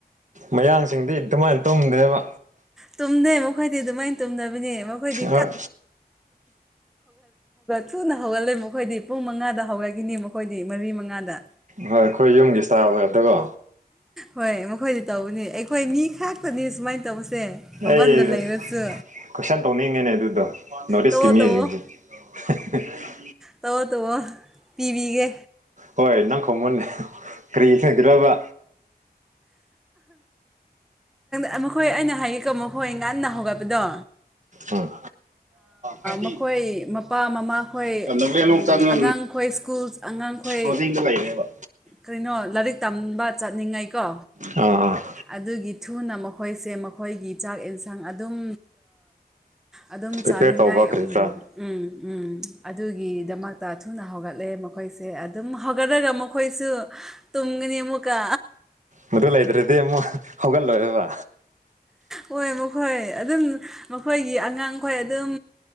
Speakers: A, on the right (about 50°); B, in the centre.
A: ꯃꯌꯥꯡꯁꯤꯡꯗꯤ ꯑꯗꯨꯃꯥꯏꯅ ꯇꯨꯝꯗꯦꯕ
B: ꯇꯨꯝꯗꯦ ꯃꯈꯣꯏꯗꯤ ꯑꯗꯨꯃꯥꯏꯅ ꯇꯨꯝꯗꯕꯅꯦ ꯃꯈꯣꯏꯗꯤ
A: ꯍꯣꯏ
B: ꯊꯨꯅ ꯍꯧꯒꯠꯂꯦ ꯃꯈꯣꯏꯗꯤ ꯄꯨꯡ ꯃꯉꯥꯗ ꯍꯧꯒꯠꯈꯤꯅꯤ ꯃꯈꯣꯏꯗꯤ ꯃꯔꯤ ꯃꯉꯥꯗ
A: ꯍꯣꯏ ꯑꯩꯈꯣꯏ ꯌꯨꯝꯒꯤ ꯁꯥꯥꯕꯈꯗꯣ
B: ꯍꯣꯏ ꯃꯈꯣꯏꯗꯤ ꯇꯧꯕꯅꯤ ꯑꯩꯈꯣꯏ ꯃꯤ ꯈꯥꯛꯇꯅꯤ ꯁꯨꯃꯥꯏꯅ ꯇꯧꯕꯁꯦ ꯃꯄꯥꯟꯗ
A: ꯑꯩ
B: ꯂꯩꯔꯁꯨ
A: ꯀꯣꯏꯁꯟ ꯇꯧꯅꯤꯡꯉꯤꯅꯦ ꯑꯗꯨꯗꯣ ꯅꯣꯔꯠ
B: ꯇꯧꯑꯣ
A: ꯏꯁꯀꯤ ꯃꯤꯁꯤꯡꯁꯦ
B: ꯇꯧꯑꯣ
A: <unintelligible>
B: ꯇꯧꯑꯣ ꯇꯧꯑꯣ ꯄꯤꯕꯤꯒꯦ
A: ꯍꯣꯏ ꯅꯪꯈꯣꯡꯃꯅꯦ ꯀꯔꯤ ꯈꯪꯒ꯭ꯔꯕ
B: ꯑ ꯃꯈꯣꯏ ꯑꯩꯅ ꯍꯥꯏꯒꯀꯣ ꯃꯈꯣꯏ ꯉꯟꯅ ꯍꯧꯒꯠꯄꯗꯣ
A: ꯎꯝ ꯍꯥꯏꯗꯤ
B: ꯃꯈꯣꯏ ꯃꯄꯥ ꯃꯃꯥꯈꯣꯏ
A: ꯅꯥꯒꯥꯂꯦꯟꯂꯣꯝ ꯆꯪꯉ
B: ꯑꯉꯥꯡꯈꯣꯏ ꯁ꯭ꯀꯨꯜꯁ ꯑꯉꯥꯡꯈꯣꯏ
A: ꯍꯧꯖꯤꯡꯗ ꯂꯩꯔꯦꯕ
B: ꯀꯩꯅꯣ ꯂꯥꯏꯔꯤꯛ ꯇꯝꯕ ꯆꯠꯅꯤꯡꯉꯥꯏꯀꯣ
A: ꯑ ꯑ
B: ꯑꯗꯨꯒꯤ ꯊꯨꯅ ꯃꯈꯣꯏꯁꯦ ꯃꯈꯣꯏꯒꯤ ꯆꯥꯛ ꯏꯟꯁꯥꯡ ꯑꯗꯨꯝ ꯑꯗꯨꯝ
A: ꯄ꯭ꯔꯤꯄꯦꯌꯔ
B: ꯆꯥꯅꯤꯡꯉꯥꯏ
A: ꯇꯧꯕ ꯀꯔꯤ
B: ꯎꯝ
A: ꯀꯔꯥ
B: ꯎꯝ ꯑꯗꯨꯒꯤꯗꯃꯛꯇ ꯊꯨꯅ ꯍꯧꯒꯠꯂꯦ ꯃꯈꯣꯏꯁꯦ ꯑꯗꯨꯝ ꯍꯧꯒꯗꯂꯒ ꯃꯈꯣꯏ ꯑꯩꯈꯣꯏꯁꯨ ꯇꯨꯝꯒꯅꯤ ꯑꯃꯨꯛꯀ
A: ꯃꯗꯨ ꯂꯩꯗ꯭ꯔꯗꯤ ꯑꯃꯨꯛ ꯍꯧꯒꯠꯂꯣꯏꯕ
B: ꯍꯣꯏ ꯃꯈꯣꯏ ꯑꯗꯨꯝ ꯃꯈꯣꯏꯒꯤ ꯑꯉꯥꯡꯈꯣꯏ ꯑꯗꯨꯝ